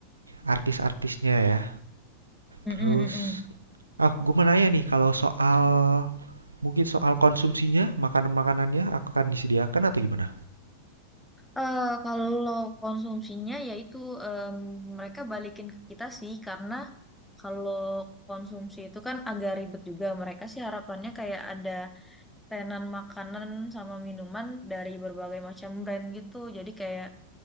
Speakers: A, on the right; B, in the centre.
A: artis-artisnya ya.
B: Mm-mm-mm.
A: Terus, ah, gue mau nanya nih, kalau soal mungkin soal konsumsinya, makanan-makanannya akan disediakan atau gimana?
B: Eh, kalau konsumsinya yaitu em, mereka balikin ke kita sih karena kalau konsumsi itu kan agak ribet juga. Mereka sih harapannya kayak ada tenan makanan sama minuman dari berbagai macam brand gitu. Jadi kayak